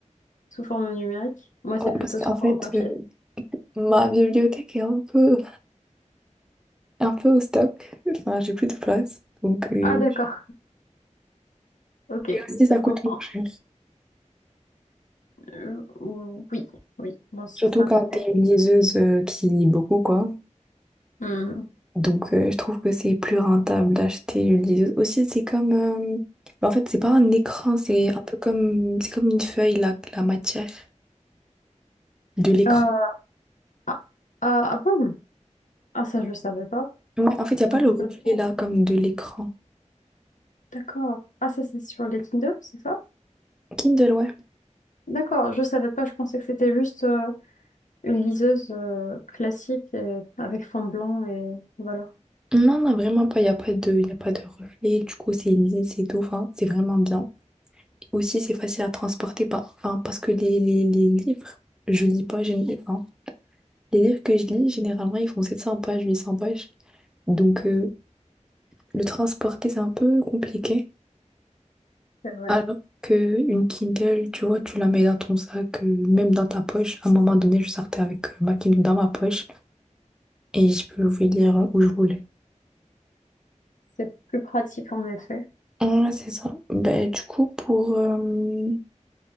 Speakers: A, on the left; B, in the centre.
A: sous forme numérique? Moi, c'est
B: Ouais,
A: plutôt
B: parce qu'en
A: sous
B: fait,
A: forme papier.
B: euh, ma bibliothèque est un peu, un peu au stock. Enfin, j'ai plus de place. Donc, euh,
A: Ah, d'accord. Ok,
B: Et aussi, ça
A: ça se
B: coûte
A: comprend.
B: moins cher.
A: Euh, oui, oui, dans certains
B: Surtout quand
A: côtés.
B: t'es une liseuse euh, qui lit beaucoup, quoi.
A: Mhm.
B: Donc, euh, je trouve que c'est plus rentable d'acheter une liseuse. Aussi, c'est comme... euh, En fait, c'est pas un écran, c'est un peu comme... C'est comme une feuille, la, la matière. De l'écran.
A: Euh, ah, ah ah bon? Ah, ça, je ne savais pas.
B: Ouais, en fait, il n'y a pas
A: Un peu
B: le reflet
A: comme ça.
B: là, comme de l'écran.
A: D'accord. Ah, ça, c'est sur les Kindle, c'est ça?
B: Kindle, ouais.
A: D'accord, je savais pas. Je pensais que c'était juste euh, une liseuse euh, classique et- avec fond blanc et voilà.
B: Non, non, vraiment pas. Il n'y a pas de, y a pas de reflet. Du coup, c'est lisse et tout. Enfin, c'est vraiment bien. Aussi, c'est facile à transporter. par- Enfin, parce que les, les, les livres, je lis pas. gén- Enfin, les livres que je lis, généralement, ils font 700 pages, 800 pages. Donc, euh, le transporter, c'est un peu compliqué.
A: C'est vrai.
B: Alors que une Kindle, tu vois, tu la mets dans ton sac, euh, même dans ta poche. À un moment donné, je sortais avec euh, ma Kindle dans ma poche et je pouvais lire où je voulais.
A: C'est plus pratique en effet.
B: Ouais, c'est ça. Ben, du coup, pour, euh,